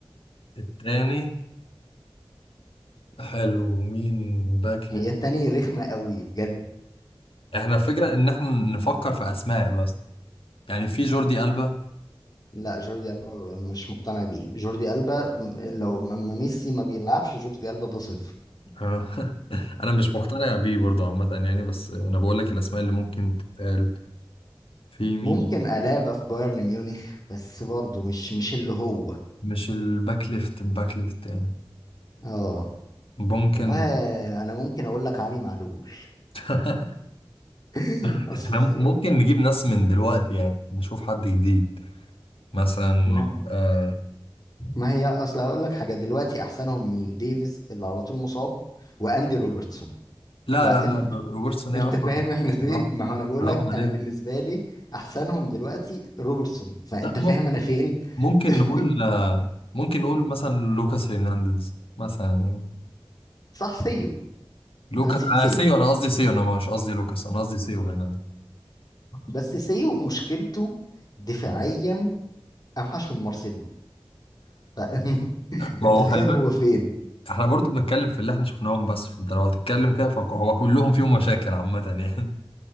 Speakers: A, on the left (about 75°); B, on the left (about 45°).
A: التاني حلو مين باك
B: هي
A: ليفت
B: التاني رخمه قوي بجد
A: احنا الفكرة إن احنا نفكر في أسماء بس يعني في جوردي ألبا
B: لا جوردي ألبا مش مقتنع بيه جوردي ألبا م- لو م- اما ميسي ما بيلعبش جوردي ألبا ده صفر
A: آه، <laughs> أنا مش مقتنع بيه برضو عامة يعني بس أنا بقول لك الأسماء اللي ممكن تتقال في مين
B: ممكن ألابا في بايرن ميونخ بس برضه مش مش اللي هو
A: مش الباك ليفت الباك ليفت يعني
B: اه
A: ممكن
B: والله انا ممكن اقول لك علي معلول
A: <laughs>
B: <laughs>
A: احنا
B: أصل-
A: ممكن نجيب ناس من دلوقتي يعني نشوف حد جديد مثلا
B: ما
A: آه...
B: ما هي اصل هقول لك حاجه دلوقتي احسنهم مين ديفيز اللي على طول مصاب واندي روبرتسون
A: لا
B: فانت
A: لا لا روبرتسون
B: <laughs>
A: ايه
B: انت
A: يا عم
B: فاهم احنا فين
A: آه،
B: ما هو انا بقول
A: حرام
B: لك
A: عليك
B: انا بالنسبه لي احسنهم دلوقتي روبرتسون فانت
A: لا مم-
B: فاهم انا فين
A: ممكن
B: <laughs>
A: نقول آه، ممكن نقول مثلا لوكاس هرنانديز مثلا يعني
B: صح سيو
A: لوكاس
B: انا نسيت
A: انا
B: سيو
A: سيو انا قصدي سيو انا مش قصدي لوكاس انا قصدي سيو هرنانديز
B: بس سيو مشكلته دفاعيا اوحش من مارسيلو فانت <laughs>
A: ما هو
B: تخيل
A: خلي بالك
B: هو فين
A: احنا برضو بنتكلم في اللي احنا شفناهم بس فانت لو هتتكلم كده فهو كلهم فيهم مشاكل عامة يعني